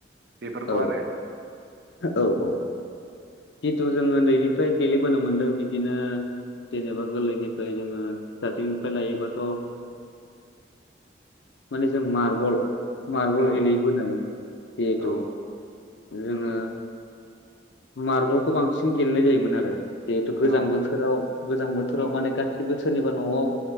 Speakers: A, on the right; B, on the left.
A: बेफोरखौ
B: औ
A: आरो
B: औ औ औ जिथु जों ओन्दैनिफ्राय गेलेबोनो मोनदों बिदिनो जेनेबा गोरलैनिफ्राय जोङो दारथिंनिफ्राय लायोबाथ'
A: <unintelligible>
B: माने जों मार्बल मार्बल
A: औ
B: गेलेबोनाय जिहेथु
A: औ
B: जोङो
A: उम
B: मार्बलखौ बांसिन गेलेनाय जायोमोन आरो जिहेथु गोजां
A: औ
B: बोथोराव गोजां बोथोराव
A: औ
B: माने गासिबो सोरनिबा न'आव